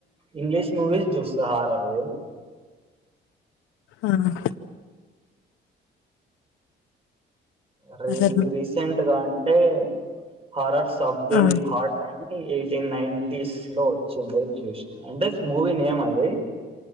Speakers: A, on the right; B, on the left.
A: ఇంగ్లీష్ మూవీస్ చూస్తా హారరు
B: ఆహా
A: రీ
B: అదర్ మీ
A: రీసెంట్గా అ టే హారర్స్ సబ్దిని
B: ఆ
A: హార్ట్ ఫ్యాన్ ఎయిటీన్ నైన్టీస్ లో వచ్చిండెద్ జూష్నా, అంటే మూవీ నేమ్ అది